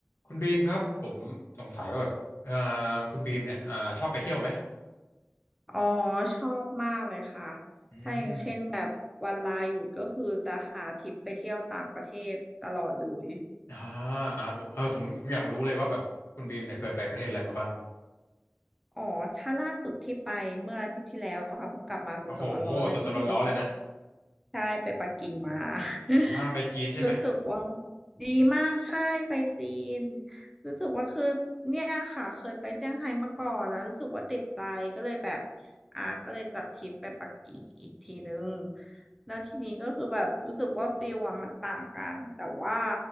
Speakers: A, on the left; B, in the centre.
A: คุณบีมครับผมสงสัยว่าแบบเอ่อคุณบีมเนี่ยอ่าชอบไปเที่ยวไหม
B: อ๋อชอบมากเลยค่ะ
A: อืม
B: ถ้าอย่างเช่นแบบวันลาหยุดก็คือจะหาทริปไปเที่ยวต่างประเทศตลอดเลย
A: อ่าอ่าผมเออผมผมอยากรู้เลยว่าแบบคุณบีมเนี่ยเคยไปประเทศอะไรมาบ้าง
B: อ๋อถ้าล่าสุดที่ไปเมื่ออาทิตย์ที่แล้วอะค่ะเพิ่งกลับมาสดๆร้อนๆเลยก็คือ
A: โอ้โหสดๆร้อนๆเลยนะ
B: ใช่ไปปักกิ่งมา <laughs>
A: อ่าไปจีนใช่ไหม
B: รู้สึกว่าดีมากใช่ไปจีนรู้สึกว่าคือเนี่ยค่ะเคยไปเซี่ยงไฮ้มาก่อนแล้วรู้สึกว่าติดใจก็เลยแบบ อ่าก็เลยจัดทริปไปปักกิ่งอีกทีนึงแล้วทีนี้ก็คือแบบรู้สึกว่าฟิลอะมันต่างกันแต่ว่า